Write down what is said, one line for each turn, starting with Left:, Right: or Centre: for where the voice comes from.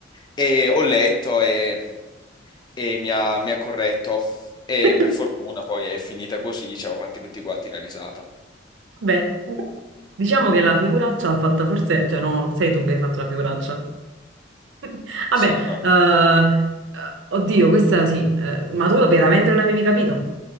Left: E ho letto e, e mi ha, mi ha corretto. E
Right: <laughs>
Left: per fortuna poi è finita così. Ci avevo fatti tutti quanti la risata.
Right: Beh, diciamo che la figuraccia l'ha fatta forse, cioè no, sei tu che hai fatto la figuraccia. <laughs> Vabbè,
Left: Sì, no.
Right: eh,
Left: eh.
Right: eh, oddio, questa sì, eh, ma tu veramente non avevi capito?